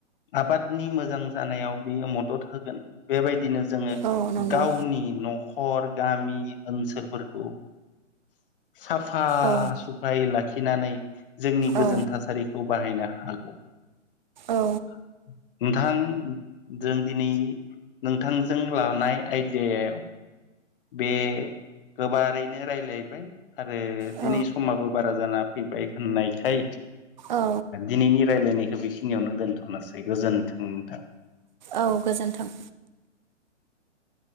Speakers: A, on the left; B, on the right.
A: आबादनि मोजां जानायाव बियो मदद होगोन बेबायदिनो जोङो
B: औ नंगौ
A: गावनि नर सर गामि ओनसोलफोरखौ साफा
B: औ
A: स लाखिनानै जोंनि गोजोन
B: औ
A: थासारिखौ बाहायनो हागौ
B: औ
A: <unintelligible> नोंथां जों दिनै नोंथांजों लानाय आयडयायाव बे गोबारैनो रायज्लाय सलायबाय आरो
B: औ
A: दिनै समाबो बारा जाना फैबाय होननायखाय
B: औ
A: दिनैनि रायलायनायखौ बेखिनियावनो दोनथ'नोसै गोजोन्थों नोंथां
B: औ गोजोन्थों